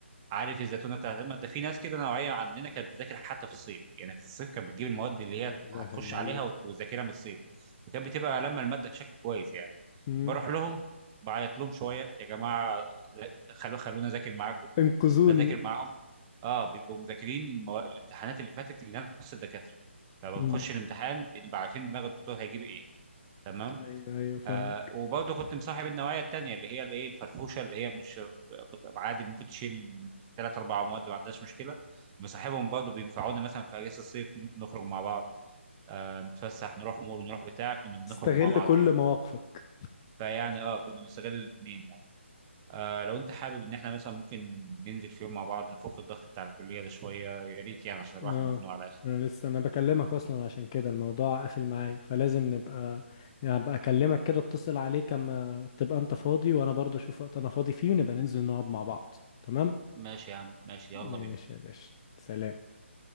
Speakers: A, on the right (about 20°); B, on the left (about 25°).
A: عارف الزتونة بتاعت المادة في ناس كده نوعية عننا كانت بتذاكر حتى في الصيف يعني في الصيف كانت بتجيب المواد اللي
B: لا
A: هي
B: إله
A: هتخش
B: إلا
A: عليها
B: الله
A: وت- وتذاكرها من الصيف فكانت بتبقى لما المادة بشكل كويس يعني
B: مم.
A: بروح لهم بعيط لهم شوية يا جماعة خلو خلونا اذاكر معاكم
B: انقذوني
A: بذاكر معاهم اه بيبقوا مذاكرين المو... الامتحانات اللي فاتت لنفس الدكاتره فبنخش
B: مم.
A: الامتحان بنبقى عارفين دماغ الدكتور هيجيب ايه تمام
B: ايوه ايوه فاهم
A: آه وبرضه كنت مصاحب النوعيه التانيه اللي هي الايه الفرفوشه اللي هي مش بت- عادي ممكن تشيل ثلاث اربع مواد ما عندهاش مشكله مصاحبهم برضه بينفعوني مثلا في اجازه الصيف ن- نخرج مع بعض آه نتفسح نروح مول نروح بتاع كنا بنخرج
B: استغل
A: مع بعض
B: كل
A: يعني
B: مواقفك
A: فيعني اه كنا بنستغل الاثنين يعني آه لو انت حابب ان احنا مثلا ممكن ننزل في يوم مع بعض نفك الضغط بتاع الكلية ده شوية يا ريت يعني عشان الواحد
B: اه
A: مخنوق على الاخر
B: انا لسه انا بكلمك اصلا عشان كده الموضوع قافل معايا فلازم نبقى هبقى اكلمك كده اتصل عليك اما تبقى انت فاضي وانا برضه اشوف وقت انا فاضي فيه ونبقى ننزل نقعد مع بعض تمام
A: ماشي يا عم ماشي
B: ماشي
A: يلا بينا
B: يا باشا سلام